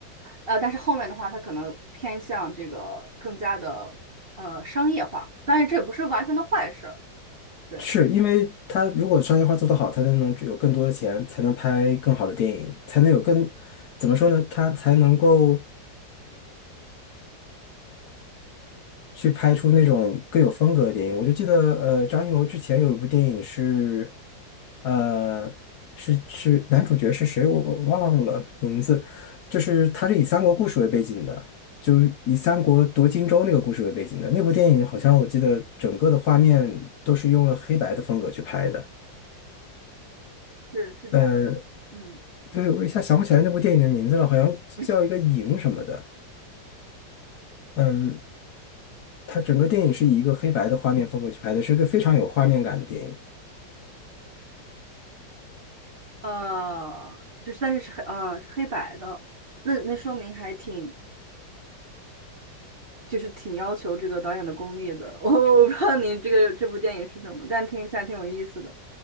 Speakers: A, on the right (about 30°); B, on the left (about 65°).
A: 呃，但是后面的话，它可能偏向这个更加的呃商业化，当然这也不是完全的坏事儿，对，
B: 是因为他如果商业化做得好，他才能有更多的钱，才能拍更好的电影，才能有更，怎么说呢？他才能够。去拍出那种更有风格的电影。我就记得，呃，张艺谋之前有一部电影是，呃，是是男主角是谁我忘了名字，就是他是以三国故事为背景的，就是以三国夺荆州那个故事为背景的。那部电影好像我记得整个的画面都是用了黑白的风格去拍的。
A: 是是这样，
B: 嗯，
A: 嗯
B: 对，我一下想不起来那部电影的名字了，好像叫一个影什么的。
A: <laughs>，
B: 嗯，它整个电影是以一个黑白的画面风格去拍的，是一个非常有画面感的电影。
A: 呃，就是但是是黑呃是黑白的，那那说明还挺就是挺要求这个导演的功力的，<laughs> 我我不知道你这个这部电影是什么，但听起来挺有意思的，